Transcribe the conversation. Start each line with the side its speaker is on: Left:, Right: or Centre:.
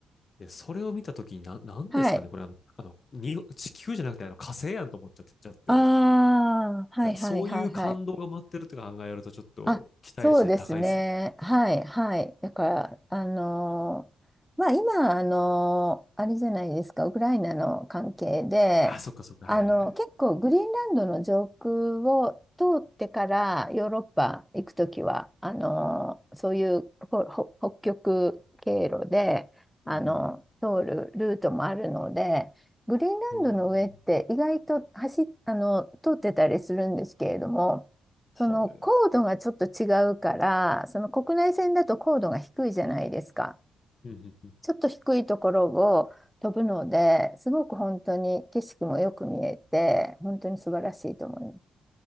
Left: で、それを見た時に、な、なんですかね、
Centre: はい。
Left: これあの、あの、に、地球じゃなくて、あの、火星やんと思っちゃって、ちゃって。
Centre: ああ、はい、
Left: がそういう感動が待ってるって考えると、
Centre: はい、はい、はい。
Left: ちょっと期待値高いですよね。
Centre: あ、そうですね。はい、はい。だから、あのーまあ、今、あのーあれじゃないですか、ウクライナの関係で、
Left: あ、そっかそっか、
Centre: あの、
Left: はいはいはい。
Centre: 結構、グリーンランドの上空を通ってからヨーロッパ行くときは、あのーそういうほほ北極経路で、あの、
Left: うんうん
Centre: 通るルートもあるので、グリーンランドの上って意外と走っ、
Left: うん。へー
Centre: あの、通ってたりするんですけれども、その高度がちょっと違うから、
Left: はい。
Centre: その国内線だと高度が低いじゃないですか。
Left: うんうんうん
Centre: ちょっと低いところを飛ぶので、すごく本当に景色もよく見えて、本当に素晴らしいと思います。